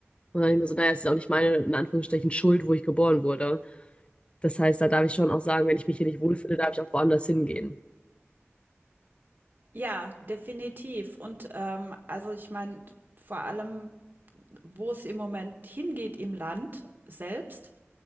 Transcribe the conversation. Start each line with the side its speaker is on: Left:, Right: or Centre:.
Left: Und dann habe ich mir so, naja, es ist auch nicht meine, in Anführungsstrichen, Schuld, wo ich geboren wurde. Das heißt, da darf ich schon auch sagen, wenn ich mich hier nicht wohlfühle, darf ich auch woanders hingehen.
Right: Ja, definitiv. Und ähm, also ich meine, vor allem, wo es im Moment hingeht im Land selbst,